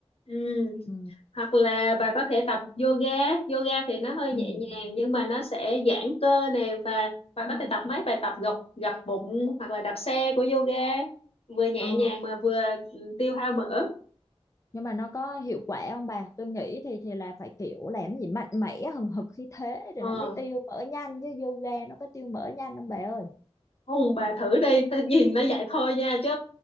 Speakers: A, on the left (about 60°); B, on the left (about 30°).
A: ừ
B: ừ.
A: hoặc là bà có thể tập yoga yoga thì nó hơi
B: Ừ.
A: nhẹ nhàng nhưng mà nó sẽ giãn cơ nè và bà
B: Ừ.
A: có thể tập mấy bài tập gập gập bụng hoặc là đạp xe của yoga vừa nhẹ
B: Ờ.
A: nhàng mà vừa ừ, tiêu hao mỡ
B: Nhưng mà nó có hiệu quả không bà? Tôi nghĩ thì thì là phải kiểu làm gì mạnh mẽ hừng hực khí thế
A: ờ
B: rồi nó mới tiêu mỡ nhanh chứ yoga nó có tiêu mỡ nhanh không bà ơi?
A: Không, bà thử đi, ta nhìn nó vậy thôi nha chứ